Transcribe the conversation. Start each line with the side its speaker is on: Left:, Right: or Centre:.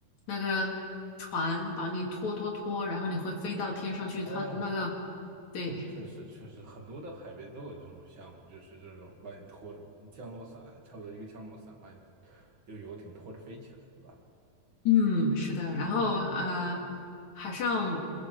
Left: 那个船把你拖拖拖，然后你会飞到天上去，
Right: 哦，
Left: 它那个对
Right: 啊，确实确实，很多的海边都有这种项目，就是这种把你拖着降落伞，差不多一个降落伞把你用游艇拖着飞起来，对吧？
Left: 嗯，是的，然后呃，海上